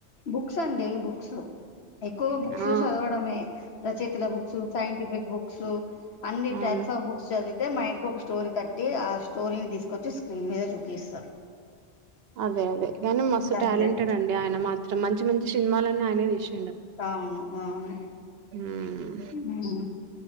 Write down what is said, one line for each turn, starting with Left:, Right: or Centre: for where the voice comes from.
Left: బుక్స్ అండి బుక్స్ ఎక్కువ బుక్స్
Right: ఆ
Left: చదవడమే రచయితల బుక్స్ సైంటిఫిక్ బుక్స్ అన్ని
Right: అవును
Left: టైప్ స బుక్స్చిది తే మైండ్ క ఒక స్టోరీ తట్టి ఆ స్టోరీని తీసుకొచ్చి స్క్రీన్ మీద చూపిస్తారు
Right: అదే అదే కానీ మస్తు
Left: గంతే
Right: టాలెంటెడ్ అండి ఆయన మాత్రం మంచి మంచి సినిమాలన్నీ ఆయనే తీసు
Left: అవును అవును
Right: మ్మ్
Left: ఉహు